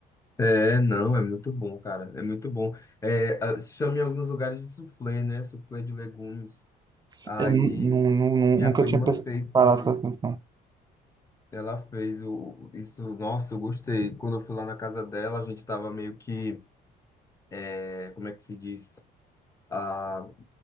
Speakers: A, on the left; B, on the right.
A: É, não, é muito bom, cara. É muito bom. É, a- chama em alguns lugares de soufflé, né? Soufflé de legumes.
B: Se-
A: Aí
B: é, nu- nu- nu- nu-
A: minha
B: nunca
A: prima
B: tinha pens-
A: fez
B: parado
A: também.
B: para atenção.
A: Ela fez o, isso. Nossa, eu gostei. Quando eu fui lá na casa dela, a gente tava meio que, é, como é que se diz? Ah,